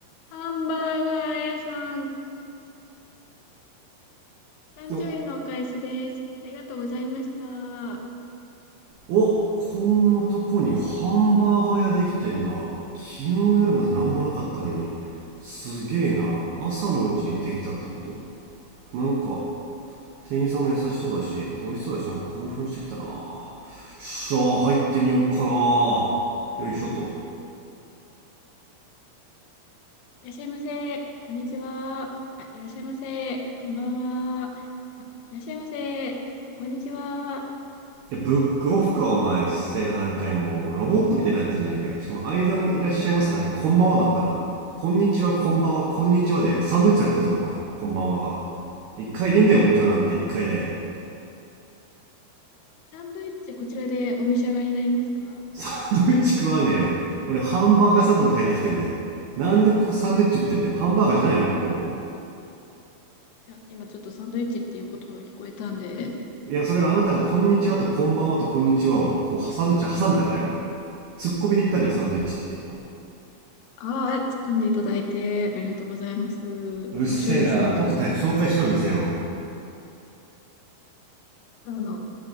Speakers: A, on the left; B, on the right.
A: ハンバーガー屋さん、30円のお返しです。
B: お
A: ありがとうございました。
B: おこんなとこにハンバーガー屋できてんな昨日夜まで何もなかったのにすげえな朝のうちにできたってことなんか店員さんも優しそうだしあと美味しそうだしなんか興奮してきたなよっしゃー入ってみよっかなよいしょと
A: いらっしゃいませ。こんにちは。あ、いらっしゃいませ。こんばんは。あ、いらっしゃいませ。こんにちは。
B: でブックオフかお前うっせえな何回もロボットみたいになってんじゃねえかよしかも間の「いらっしゃいませ」だけ「こんばんは」だったな「こんにちはこんばんはこんにちは」でサンドイッチされたぞお前「こんばんは」が一回でいいんだよ「こんにちは」なんて一回で
A: サンドイッチ、こちらでお召し上がりになりますか
B: サンドイッチ食わねえよ俺ハンバーガー屋さんと思って入ってきてんだよなんでここサンドイッチ売ってんだよハンバーガーじゃないのここ
A: いや、今ちょっとサンドイッチっていう言葉が聞こえたんで、
B: いやそれあなたが「こんにちは」と「こんばんは」と「こんにちは」をこうサンドイッチ挟んだからよツッコミで言ったのよサンドイッチって
A: あ、あー突っ込んでいただいてありがとうございます。
B: うっせえなとっとと早く紹介しろ店を
A: 面白いですね、お客さん。あの、